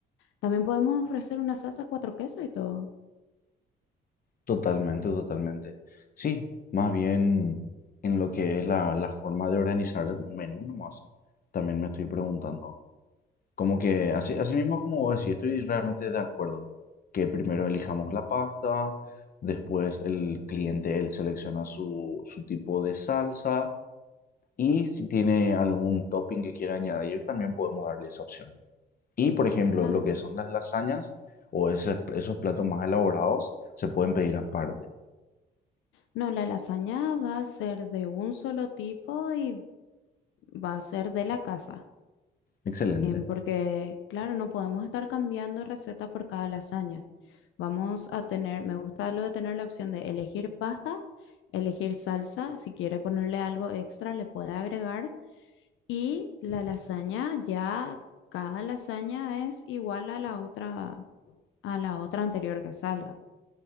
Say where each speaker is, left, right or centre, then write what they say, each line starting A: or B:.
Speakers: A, on the left; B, on the left.
A: también podemos ofrecer una salsa cuatro quesos y todo.
B: Totalmente, totalmente. Sí, más bien en lo que es la, la forma de organizar un menú nomás. También me estoy preguntando. Como que así, así mismo como vos decís, estoy realmente de acuerdo que primero elijamos la pasta, después el cliente él selecciona su, su tipo de salsa y si tiene algún topping que quiera añadir también podemos darle esa opción. Y por ejemplo,
A: Claro.
B: lo que son las lasañas o ese- esos platos más elaborados se pueden pedir aparte.
A: No, la lasaña va a ser de un solo tipo y va a ser de la casa,
B: Excelente,
A: em, porque claro, no podemos estar cambiando receta por cada lasaña. Vamos a tener, me gusta lo de tener la opción de elegir pasta, elegir salsa, si quiere ponerle algo extra, le puede agregar Y la lasaña ya, cada lasaña es igual a la otra, a la otra anterior que salga.